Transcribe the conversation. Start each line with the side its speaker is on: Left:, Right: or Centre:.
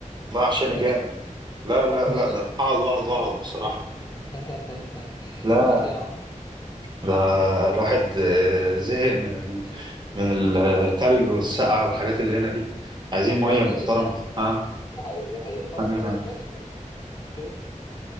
Right: الميه وحشاني
Left: ماشي
Right: جامد لا لا
Left: ماشي
Right: لا ده أنا اقعد واقعد واقعد بصراحه
Left: <laughs>
Right: لا
Left: ماشي يا عم
Right: ده الواحد آه، زهق من ال... من التلج والسقعة والحاجات اللي هنا دي عايزين مية
Left: وده حقيقي
Right: محترمة
Left: بصراحة
Right: ها
Left: ده حقيقي ده حقيقي خلاص
Right: أنا
Left: لا لا ماشي ماشي اوكي